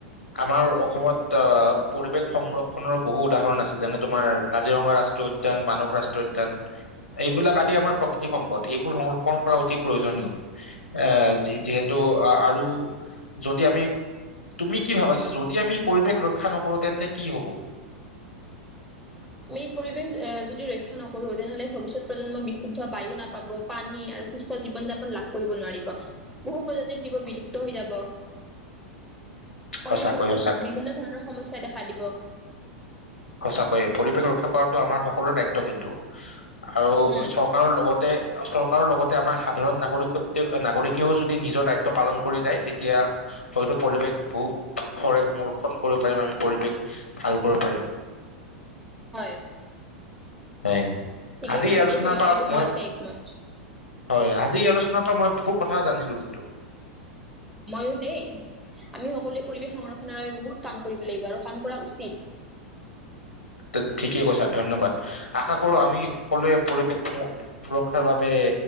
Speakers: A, on the left; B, in the centre.
A: আমাৰ অসমত অ পৰিৱেশ সংৰক্ষনৰৰ বহু উদাহৰণ আছে, যেনে তোমাৰ কাজিৰঙা ৰাষ্ট্ৰীয়ত উদ্যান উদ্যান, মানহ ৰাষ্ট্ৰীয় উদ্যান, এইবিলাক আদি আমাৰ প্ৰকৃতিক সম্পদ, এইবোৰ সংৰক্ষণ কৰা অতি প্ৰয়োজনীয় এ যিহেতু আৰু যদি আমি তুমি কি ভাবা, যে যদি আমি পৰিৱেশ ৰক্ষা নকৰো তেন্তে কি হব?
B: আমি পৰিৱেশ এ যদি ৰক্ষা নকৰো তেনেহলে ভৱিষ্যত প্ৰজন্ম বিশুদ্ধ বায়ু নাপাব পানী, আৰু সুস্থ জীৱন-যাপন লাভ কৰিব নোৱাৰিব, বহু প্ৰজাতিৰ জীৱ বিলুপ্ত হৈ যাব।
A: সঁচাকৈ
B: পৰিৱেশত বহুত
A: সঁচা
B: বিভিন্ন ধৰণৰ সমস্যাই দেখা দিব।
A: সঁচাকৈয়ে পৰিৱেশ ৰক্ষা কৰাটো আমাৰ সকলোৰে দায়িত্ব কিন্তু আৰু
B: উম
A: সব আৰু লগতে চৰকাৰৰ লগতে আমাৰ সাধাৰণ নাগৰিকত্ব নাগৰিকেও যদি নিজৰ দায়িত্ব পালন কৰি যায়, তেতিয়া হয়তো পৰিৱেশ বহু সংৰক্ষণ কৰিব পাৰিম আমি পৰিৱেশ ভাল কৰিব পাৰিম।
B: হয়
A: হয়,
B: ঠিকেই
A: আজি
B: কৈছা
A: আলোচনাৰ
B: দেই তুমি
A: পৰা
B: তোমাৰ
A: মই
B: লগতে একমত
A: হয়, আজি এই আলোচনাৰ পৰা মই বহুত কথা জানিলো কিন্তু
B: মইও দেই আমি সকলোৱে পৰিৱেশ সংৰক্ষণৰ বহুত কাম কৰিব লাগিব আৰু কাম কৰা উচিত।
A: তই ঠিকে কৈছা ধন্যবাদ, আশা কৰো আমি সকলোৱে পৰিৱেশ সমূহ সুৰক্ষাৰ বাবে